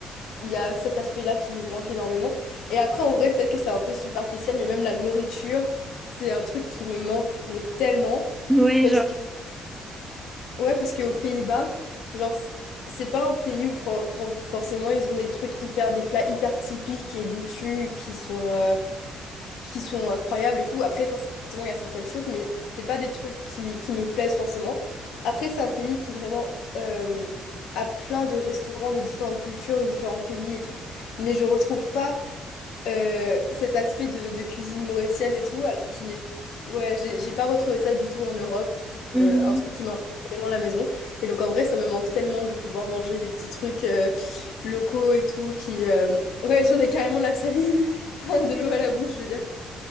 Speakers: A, on the left; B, in the centre.
A: il y a cet aspect-là qui me manque énormément. Et après, en vrai, peut-être que c'est un peu superficiel, mais même la nourriture, c'est un truc qui me manque, mais tellement.
B: Ouais,
A: Parce
B: genre.
A: que, ouais, parce qu'aux Pays-Bas, genre, c- c'est pas un pays où for- for- forcément ils ont des trucs hyper, des plats hyper typiques et goûtus qui sont, euh, qui sont incroyables et tout. Après, forcément, il y a certaines choses, mais c'est pas des trucs qui, qui me plaisent forcément. Après, c'est un pays qui vraiment euh, a plein de restaurants de différentes cultures, de différents pays et tout. Mais je retrouve pas euh, cet aspect de, de cuisine mauricienne et tout, al- qui est... Ouais, j'ai j'ai pas retrouvé ça du tout en Europe,
B: Mhm.
A: euh, un truc qui me rappelle vraiment la maison. Et donc en vrai, ça me manque tellement de pouvoir manger des petits trucs euh, locaux et tout, qui... euh, Ouais, j'en ai carrément la salive, <laughs> de l'eau à la bouche, je veux dire.